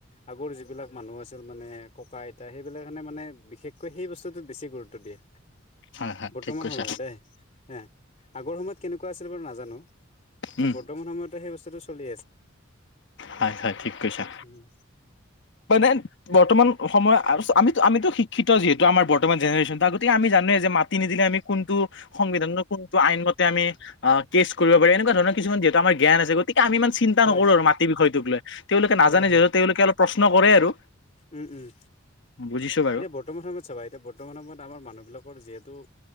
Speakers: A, on the left (about 35°); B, on the left (about 60°).
A: আগৰ যিবিলাক মানুহ আছিল, মানে ককা, আইতা সেইবিলাকখানে মানে বিশেষকৈ সেই বস্তুটোত বেছি গুৰুত্ব দিয়ে।
B: হয় হয়
A: বৰ্তমান
B: ঠিক কৈছা
A: সময়ত দেই হে, আগৰ সময়ত কেনেকুৱা আছিল বাৰু নাজানো। কিন্তু
B: উম
A: বৰ্তমান সময়টো, সেই বস্তুটো চলি আছে।
B: হয়, হয় ঠিক কৈছা।
A: উম
B: মানে বৰ্তমান সময়ত আৰু আমিটো- আমিটো শিক্ষিত। যিহেতু, আমাৰ বৰ্তমান জেনেৰেশনত। গতিক আমি জানো যে মাটি নিদিলে আমি কোনটো সংবিধান, কোনটো আইন মতে আমি। অ, কেছ কৰিব পাৰি। এনেকুৱ ধৰণৰ কিছুমান আমাৰ জ্ঞান আছে। গতিকে আমি ই, চিন্তা
A: হয়
B: নকৰো আৰু মাটি বিষয়টোক লৈ। তেওঁলোকে নাজানে
A: হয় হয়
B: যিহেতু, তেওঁলোকে অলপ প্ৰশ্ন কৰে আৰু।
A: উম, উম,
B: বুজিছো বাৰু
A: এয়া, বৰ্তমান বৰ্তমান সময়ত চাবা, এতিয়া বৰ্তমান সময়ত আমাৰ মানুহবিলাকৰ যিহেতু।